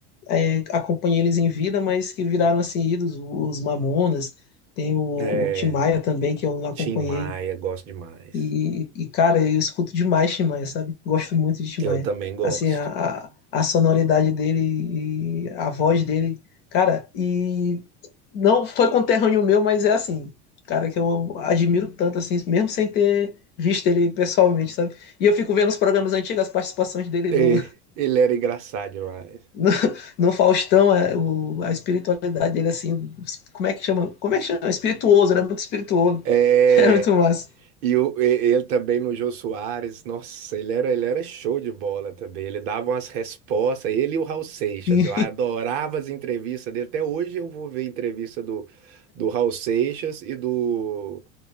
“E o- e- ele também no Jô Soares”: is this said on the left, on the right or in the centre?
Right